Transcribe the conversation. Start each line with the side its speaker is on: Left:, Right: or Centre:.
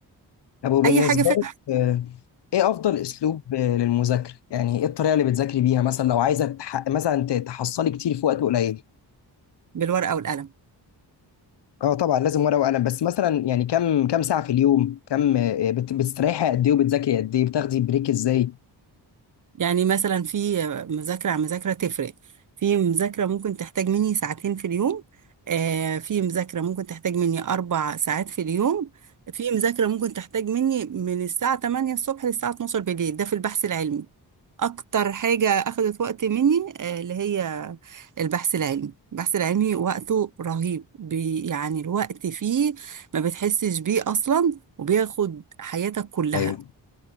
Left: طب وبالنسبة
Right: اي حاجة فيها
Left: لك آه، ايه افضل اسلوب آه، للمذاكرة يعني ايه الطريقة اللي بتذاكري بيها مثلا لو عايزة تح... مثلا ت- تحصلي كتير في وقت قليل
Right: بالورقة والقلم
Left: اه طبعا لازم ورقة وقلم بس مثلا يعني كم كم ساعة في اليوم كم آه، بت... بتستريحي قد ايه وبتذاكري قد ايه بتاخدي بريك ازاي
Right: يعني مثلا في مذاكرة عن مذاكرة تفرق في مذاكرة ممكن تحتاج مني ساعتين في اليوم آه في مذاكرة ممكن تحتاج مني أربع ساعات في اليوم في مذاكرة ممكن تحتاج مني من الساعة 8 الصبح للساعة 12 بالليل ده في البحث العلمي أكتر حاجة أخذت وقت مني آه اللي هي البحث العلمي البحث العلمي وقته رهيب بي يعني الوقت فيه ما بتحسش بيه أصلا وبياخد حياتك كلها
Left: ايوه